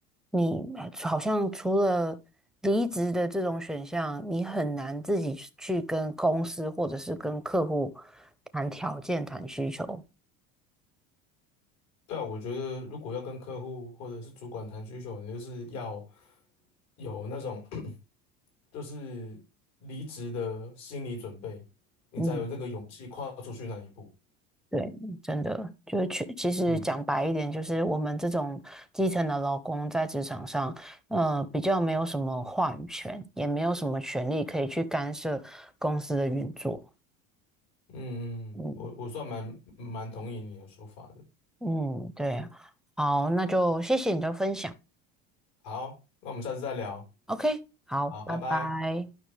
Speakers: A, in the centre; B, on the left (about 55°).
A: 你好像除了离职的这种选项，你很难自己去跟公司或者是跟客户谈条件、谈需求。
B: 对啊，我觉得如果要跟客户或者是主管谈需求，你就是要有那种 <coughs> <clears throat> 就是离职的心理准备，你才有这个勇气跨出去那一步。
A: 嗯。对，真的就是去，其实讲白一点，
B: 嗯
A: 就是我们这种基层的劳工在职场上，呃，比较没有什么话语权，也没有什么权利可以去干涉公司的运作。
B: 嗯嗯，
A: 嗯
B: 我我算蛮蛮同意你的说法的。
A: 嗯，对啊好，那就谢谢你的分享。
B: 好，那我们下次再聊。
A: OK，好，
B: 好，
A: 拜拜。
B: 拜拜。